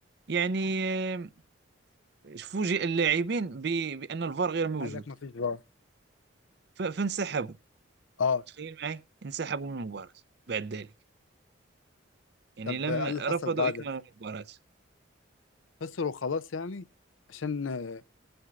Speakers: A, on the right; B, on the left.
A: يعني آه، فوجئ اللاعبين ب- بأن الفار غير موجود
B: قال لك ما فيش فار
A: ف- فانسحبوا
B: اه
A: تخيل معي انسحبوا من المباراة بعد ذلك يعني
B: طب
A: لم
B: آه، قال
A: رفضوا
B: اللي حصل بعدها
A: إكمال المباراة
B: خسروا خلاص يعني عشان آه،